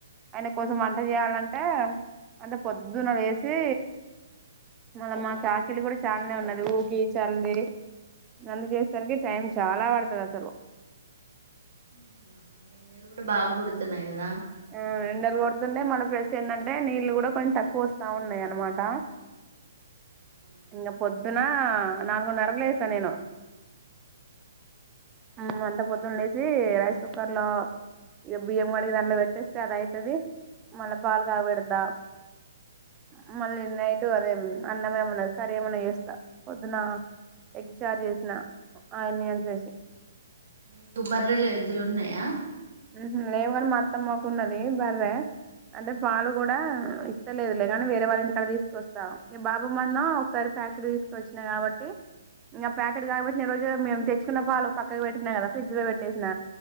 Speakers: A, on the right; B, on the right.
A: ఆయన కోసం వంట చేయాలంటే అంటే పొద్దున లేసి మళ్ళ మాకి ఆకిలి కూడా చాలానే ఉన్నది ఊకి చల్లి అన్నీ చేసేసరికి టైం చాలా పడుతది అసలు
B: అవునా ఎండలు కూడా బాగుకొడుతున్నాయి కదా
A: ఆ ఎండలు కొడుతుండయ్ మళ్ళ ఫ్లస్ ఏందంటే నీళ్లు కూడా కొంచెం తక్కువ వస్తా ఉన్నాయి అనమాట
B: అవునా
A: ఇంగ పొద్దున నాలుగున్నరకు లేస్తా నేను ఉమ్ అంత పొద్దున లేసి రైస్ కుక్కర్ లో ఇగ బియ్యం కడిగి దాన్లో పెట్ తెస్తారా అయితది మళ్ళా పాల్ పాల్ కాగా పెడదా అ మళ్ళీ నైట్ అదే మ్ అన్నమే ఉన్నది. కర్రీ ఏమన్నా చేస్తా పొద్దున ఎగ్ చార్ చేస్న ఆయన్నియన్ చేసి
B: మీకు బర్రెలు ఎద్దులు ఉన్నాయా
A: ఉహుమ్ లేవని మా అత్తమ్మకు ఉన్నది బర్రే అంటే
B: ఆహా
A: పాలు కూడా ఇస్తలేదులే కానీ వేరే వాళ్ళ ఇంటికాడ తీసుకొస్తాం ఈ బాబు మొన్న ఒకసారి ప్యాకెట్ తీసుకు వచ్చినా కాబట్టి ఇంగా పాకెట్ కాగాబెట్టిన రోజే మేము తెచ్చుకున్న పాలు పక్కకు పెట్టినా కదా ఫ్రిడ్జ్ లో పెట్టేసిన